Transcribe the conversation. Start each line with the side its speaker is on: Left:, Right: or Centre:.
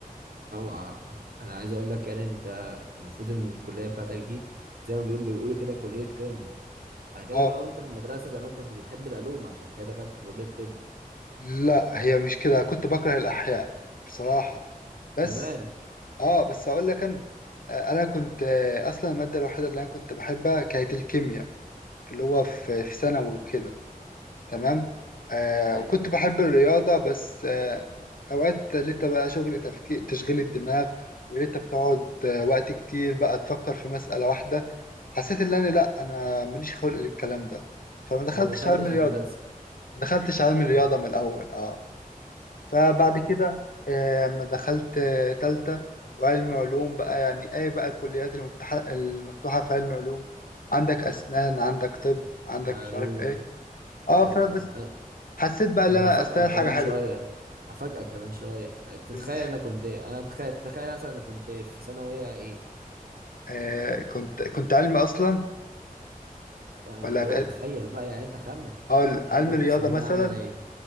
Right: أو... انا عايز اقول لك يعني انت المفروض ان الكلية بتاعتك دي زي ما بيقولوا بيقولوا كده كلية قمة على كده
Left: اه
Right: بقى وانت في المدرسة زمان كنت بتحب العلوم عشان كده دخلت كلية الطب
Left: لا هي مش كده كنت بكره الاحياء بصراحه بس
Right: كمان
Left: اه بس اقول لك انا آه، انا كنت آه، اصلا الماده الوحيده اللي انا كنت بحبها كانت الكيمياء في اللي هو في في ثانوي وكده تمام آه
Right: ايوه
Left: وكنت بحب الرياضة بس آه أوقات لقيت بقى شغل تفكير تشغيل الدماغ ولقيت بتقعد آه، وقت كتير بقى تفكر في مسألة واحدة حسيت إن أنا لأ أنا ماليش خلق للكلام ده فما
Right: فما
Left: دخلتش
Right: دخلتش
Left: علم الرياضة
Right: هندسة
Left: ما دخلتش علم
Right: ايوه
Left: الرياضة من الأول أه فبعد كده آه، أما دخلت آه، تالتة وعلم علوم بقى يعني أي بقى الكليات المفتوحة المفتوحة في علم علوم عندك أسنان عندك طب عندك
Right: علوم
Left: مش عارف إيه اه
Right: ايوه
Left: فبس
Right: بالظبط
Left: حسيت بقى ان
Right: انا
Left: انا
Right: هفاجئك
Left: استاهل
Right: كمان
Left: حاجه حلوه
Right: شويه هفاجئك كمان شويه تتخيل
Left: إز...
Right: انا كنت ايه انا تخيل تتخيل مثلا انا كنت في ثانويه ايه
Left: آه كنت كنت علمي اصلا
Right: انا
Left: ولا
Right: بقول
Left: ج-
Right: لك تخيل بقى يعني انت خمن
Left: هقول
Right: انا
Left: علمي
Right: كنت
Left: رياضه
Right: في ثانويه
Left: مثلا
Right: عامه ايه